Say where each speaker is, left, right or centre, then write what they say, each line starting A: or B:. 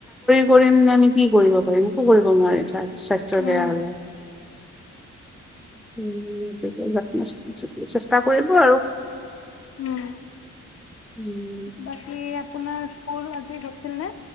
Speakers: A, in the centre; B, on the left.
A: কৰিম নে আমি কি কৰিব পাৰিম একো কৰিব নোৱাৰিম স্বাস্থ্যৰ
B: উম
A: বেয়া হলে উম যত্ন চেষ্টা কৰিব আৰু
B: উমি
A: উম
B: বাকী আপোনাৰ স্কুল আজি হছিল নে